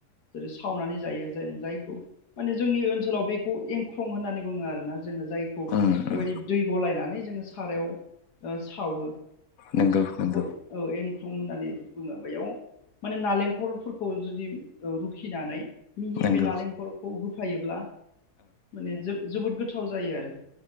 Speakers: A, on the left (about 85°); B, on the left (about 65°).
A: जेरै सावनानै जायो जों जायखौ माने जोंनि ओनसोलाव बेखौ एंख्रं होननानै बोङो आरोना जोङो जायखौ
B: उम
A: बेबायदि
B: उम
A: दै गलायनानै जोङो सारायाव ओ सावो
B: नंगौ नंगौ
A: बेखौ ए औ एंख्रं होननानै बुङो बैयाव माने नालेंखरफोरखौ जुदि ओ रुखिनानै मिहि
B: नंगौ
A: बे नालेंखलरखौ हो होफायोब्ला माने जोबोद गोथाव जायो आरो।